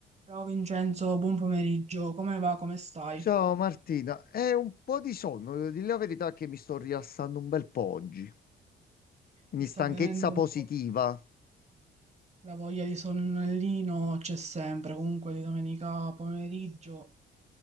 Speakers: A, on the right (about 35°); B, on the left (about 50°).
A: Ciao Vincenzo, buon pomeriggio, come va, come stai?
B: Ciao Martina, è un po' di sonno, devo dire la verità che mi sto rilassando un bel po' oggi. Quindi
A: Ti sta
B: stanchezza
A: venendo un
B: positiva?
A: po' la voglia di sonnellino? C'è sempre, comunque di domenica pomeriggio